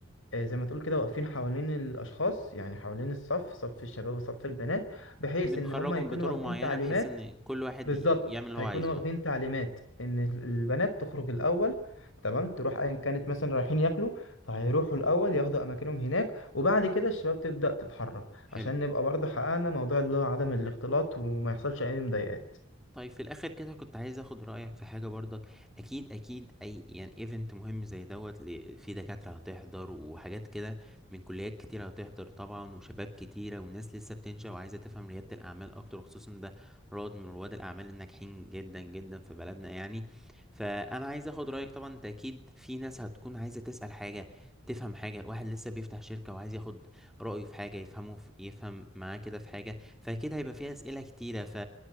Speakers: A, on the left; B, in the centre.
A: آه، زي ما تقول كده واقفين حوالين الاشخاص يعني حوالين الصف صف الشباب وصف البنات بحيث
B: بنخرجهم
A: ان هم يكونوا
B: بطرق
A: واخدين
B: معينة
A: تعليمات
B: بحيث إن كل واحد
A: بالظبط
B: ي- يعمل اللي
A: هيكونوا
B: هو عايزه
A: واخدين
B: اه
A: تعليمات ان ال- البنات تخرج الاول تمام تروح ايا كانت مثلا رايحين ياكلوا فهيروحوا الاول ياخدوا اماكنهم هناك وبعد كده الشباب تبدأ تتحرك
B: حلو
A: عشان نبقى برضه حققنا موضوع اللي هو عدم الاختلاط وما يحصلش اي مضايقات
B: طيب في الاخر كده كنت عايز اخد رايك في حاجه برضك اكيد اكيد اي يعني ايفنت مهم زي دوت ل- في دكاتره هتحضر وحاجات كده من كليات كتير هتحضر طبعا وشباب كتيره وناس لسه بتنشا وعايزه تفهم رياده الاعمال اكتر خصوصا ده رواد من رواد الاعمال الناجحين جدا جدا في بلدنا يعني فانا عايز اخد رايك طبعا انت اكيد في ناس هتكون عايزه تسال حاجه تفهم حاجه واحد لسه بيفتح شركه وعايز ياخد رايه في حاجه يفهمه في يفهم معاه كده في حاجه فاكيد هيبقى فيها اسئله كتيره ف